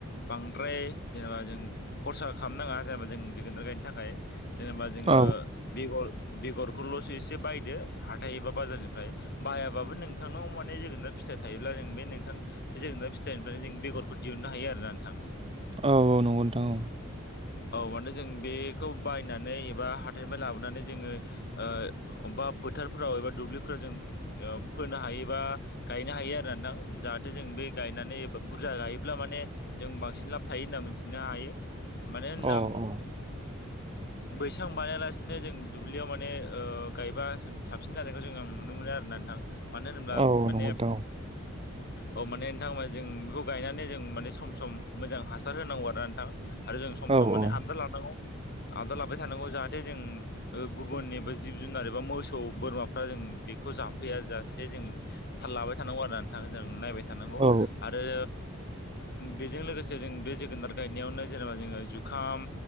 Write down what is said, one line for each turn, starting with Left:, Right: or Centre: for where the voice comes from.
Left: बांद्राय जेनेबा जों खरसा खालामनााङा जेनेबा जों जोगोनार गायनो थाखाय जेनेबा जोङो
Right: औ
Left: बेगर बेगरखौलसो एसे बायदो हाथाय एबा बाजारनिफ्राय बायाबाबो नोंथांनाव माने जोगोना फिथाइ थायोब्ला जों बे नोंथां जों फिथाइनिफ्रायनो जों बेगरखौ दिहुननो हायो आरोना नोंथां
Right: औ औ नंगौ नोंथां औ
Left: औ माने जों बेखौ बायनानै एबा हाथायनिफ्राय लाबोनानै जोङो अबेबा फोथारफोराव एबा दुब्लिफोराव जों फोनो हायो बा गायनो हायो आरो नथां जाहाथे जों बे गायनानैबा बुरजा गायोब्ला माने जों बांसिन लाब थायो होनना मिथिनो हायो माने नाम
Right: औ औ
Left: बैसां बानायालासिनो जों दुब्लियाव माने गायबा साबसिन जानायखौ जों नुनो मोनो आरो नोंथां मानो होनोब्ला
Right: औ
Left: माने
Right: नंगौ नोंथां
Left: औ माने नोंथां जों बेखौ गायनानै जों माने सम सम मोजां हासार होनांगौ आरो ना नोंथां आरो जों सम
Right: औ
Left: सम माने
Right: औ
Left: आबदार लानांगौ आबदाल लाबाय थानांगौ जाहाथे जों ओ गुबुन एबा जिब जुनार एबा मोस सौ बोरमाफ्रा जों बेखौ जाफैया जासे जों थाल लाबाय थानांगौ आरो ना नोंथां जों नायबाय थानांगौ
Right: औ
Left: आरो बेजों लोगोसे जों बे जोगोनार गायनायावनो जेनेबा जोङो जुखाम